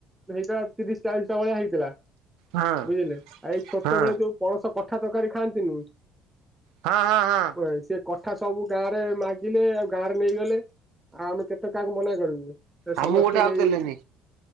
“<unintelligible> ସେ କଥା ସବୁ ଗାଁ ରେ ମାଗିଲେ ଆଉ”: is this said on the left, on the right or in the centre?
Centre